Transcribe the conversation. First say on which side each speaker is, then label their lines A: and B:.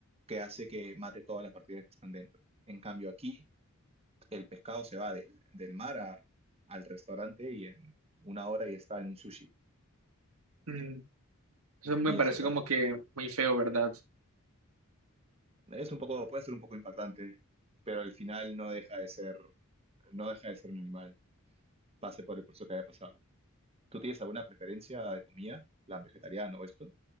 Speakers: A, on the right; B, on the right.
A: que hace que mate todas las bacterias que están dentro. En cambio, aquí el pescado se va del, del mar a- al restaurante y en una hora ya está en un sushi.
B: Mm, Eso me
A: Y
B: parece
A: eso ta-
B: como que muy feo, ¿verdad?
A: Es un poco, puede ser un poco impactante, pero al final no deja de ser, no deja de ser un animal, pase por el proceso que haya pasado. ¿Tú tienes alguna preferencia de comida, plan vegetariano o esto?